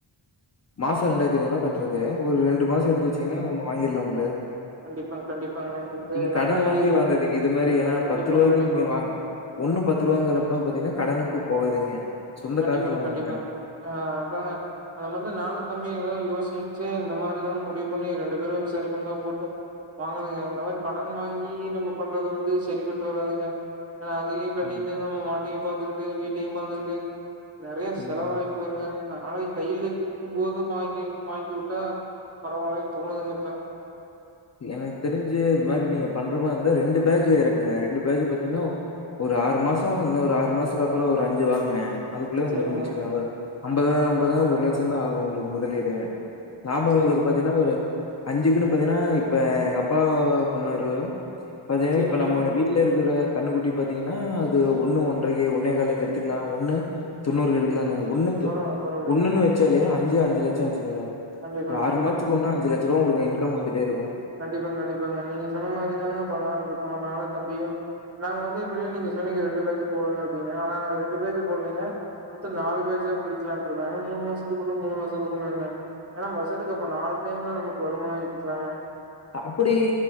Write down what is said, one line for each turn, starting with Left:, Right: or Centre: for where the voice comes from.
Left: மாசொ ரெண்டாயிரத்தி ஐநூறு ரூபா கட்டுறது ஒரு ரெண் ரெண்டு மாசோ எடுத்து வச்சீங்ன்னா ஒண்ணு வாங்கிர்லாம்ல
Right: கண்டிப் பா கண்டிப்பாங்க இது
Left: கடன்
Right: நல்ல
Left: வாங்கி
Right: ஐடியாங்க.
Left: வாங்காதீங்க இது மாறி ஏனா
Right: கண்டிப்பாங்க,
Left: பத்து ரூபாய்க்கு
Right: கண்டிப்பாங்க.
Left: நீங்க வாங்க ஒண்ணு பத்து ரூபாங்கறப்ப பாத்தீங்கன்னா கடனுக்கு போகாதீங்க சொந்த
Right: கண்டிப்பாங்க
Left: காசுல வாங்குங்க
Right: கண்டிப்பாங்க. ஆ அதா அந்த மாதிரிதா நானு தம்பி எதாவுது யோசிச்சு இந்த மாரி தா முடிவு பண்ணி ரெண்டு பேரு சரி பங்கா போட்டு வாங்கணுங்க இந்த மாறி கடன் வாங்கி நம்ம பண்றது வந்து செரிபட்டு வராதுங்க ஏனா அதையு கட்டிட்டு
Left: ம்.
Right: நம்ம மாட்டையு பாத்துக்கிட்டு வீட்டையு பாத்துக்கிட்டு நெறைய செலவாய்
Left: ம்.
Right: போய்ருங்க அதனால கையில இருக்கும்போது வாங்கி வாங்கி வுட்டா பரவாயில்ல தோணுதுங்க இப்ப
Left: எனக்கு தெரிஞ்சு இது மாறி நீங்க பண்றமா இருந்தா ரெண்டு பேஜ் எறக்குங்க ரெண்டு பேஜ் பாத்தீங்ன்னா ஒரு ஆறு மாசோ இன்னு ஒரு ஆறு மாசதுக்கு அப்றோ ஒரு அஞ்சு வாங்குங்க அதுக்குள்ளயே உங்களுக்கு
Right: சரிங்க.
Left: முடிச்சுக்குலா ஒரு அம்பது அம்பதுதா ஒரு லட்சோ தா ஆகு உங்களுக்கு முதலீடு நாம
Right: சரி,
Left: உங்களுக்கு
Right: சரி.
Left: பாத்தீன்னா ஒரு அஞ்சுக்குன்னு பாத்தீன்னா இப்ப எங்க அப்பா சொன்னாரு பாத்தீன்னா
Right: சரிங்க.
Left: இப்ப நம்ம வீட்ல இருக்கிற கண்ணு குட்டி பாத்தீங்ன்னா அது ஒன்னு ஒன்றைக்கு ஒன்னே காலுக்கு எடுத்துக்குலாம ஒன்னு தொண்ணூறுக்கு எடுக்குலான் ஒண்ணுக்
Right: பரவால்ல பரவால்லைங்க.
Left: ஒண்ணுன்னு வச்சாலயே அஞ்சு அஞ்சு லட்சோ ஆச்சுங்கள
Right: கண்டிப்பாங்க
Left: ஒரு ஆறு மாத்துக்கு ஒன்னா அஞ்சு லட்சரூபா உங்களுக்கு இன்கம் வந்துட்டே இருக்கு
Right: கண்டிபாங்க கண்டிபாங்க நீங்க சொன்ன மாரி தாங்க பண்லானுருக்கோ நானு தம்பியு நாங்க வந்து இப்டின்னு நீங்க சொன்னீங்க ரெண்டு பேஜ் போடுங்க அப்டின்னு ஆனா நாங்க ரெண்டு பேஜ் போடலீங்க மொத்த நாலு பேஜ்ஜா பிரிக்கலானுருக்கோ ஏனா மூணு மாசத்துக்கு ஒன்னு மூணு மாசத்துக்கு ஒன்னுன்னு ஏனா வருசத்துக்கு அப்ப நாலு டைம்ல நமக்கு வருமான ஈட்டுக்குளாங்க
Left: அப்டி